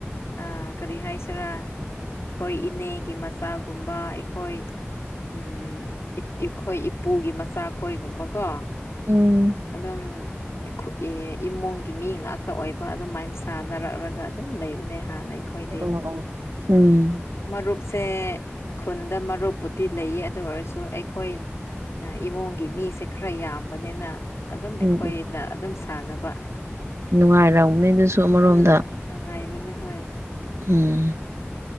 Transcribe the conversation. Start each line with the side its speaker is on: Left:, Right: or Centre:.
Left: ꯑꯥ ꯀꯥꯔꯤ ꯍꯥꯏꯁꯤꯔꯥ ꯈꯣꯏ ꯏꯅꯦꯒꯤ ꯃꯆꯥꯒꯨꯝꯕ ꯑꯩꯈꯣꯏ ꯎꯝ ꯑꯩꯈꯣꯏ ꯏꯄꯨꯒꯤ ꯃꯆꯥ ꯈꯣꯏꯒꯨꯝꯕꯀꯣ
Right: ꯎꯝ
Left: ꯑꯗꯨꯝ ꯑꯩꯈꯣꯏ ꯏꯃꯨꯡꯒꯤ ꯃꯤ ꯉꯥꯛꯇꯥ ꯑꯣꯏꯕ ꯑꯗꯨꯃꯥꯏꯅ ꯁꯥꯟꯅꯔꯛꯂꯒ ꯑꯗꯨꯝ ꯂꯩꯕꯅꯦ ꯍꯥꯟꯅ ꯑꯩꯈꯣꯏꯗꯤ
Right: ꯑꯥ ꯑꯪ ꯎꯝ
Left: ꯃꯔꯨꯞꯁꯦ ꯈꯨꯟꯗ ꯃꯔꯨꯞꯄꯨꯗꯤ ꯂꯩꯌꯦ ꯑꯗꯨ ꯑꯣꯏꯔꯁꯨ ꯑꯩꯈꯣꯏ ꯏꯃꯨꯡꯒꯤ ꯃꯤꯁꯦ ꯈꯔ ꯌꯥꯝꯕꯅꯤꯅ ꯑꯗꯨꯝ ꯑꯩꯈꯣꯏꯅ
Right: ꯎꯝ
Left: ꯑꯗꯨꯝ ꯁꯥꯟꯅꯕ
Right: ꯅꯨꯡꯉꯥꯏꯔꯝꯒꯅꯤ ꯑꯗꯨꯁꯨ ꯑꯃꯔꯣꯝꯗ
Left: ꯎꯝ ꯅꯨꯡꯉꯥꯏꯕꯅꯦ ꯍꯣꯏ
Right: ꯎꯝ